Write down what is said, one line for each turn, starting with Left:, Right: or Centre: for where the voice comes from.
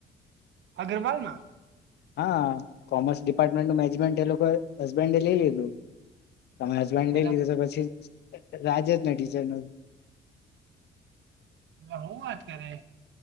Right: અગ્રવાલ ના?
Left: હા કોમર્સ ડિપાર્ટમેન્ટ નું મેનેજમેન્ટ એ લોકો હસબન્ડ લઈ લીધું તમારે હસબેન્ડ
Right: હાલા
Left: લઈ લીધો તો પછી રાજે જ ને ટીચર ન
Right: હવે હું વાત કરે?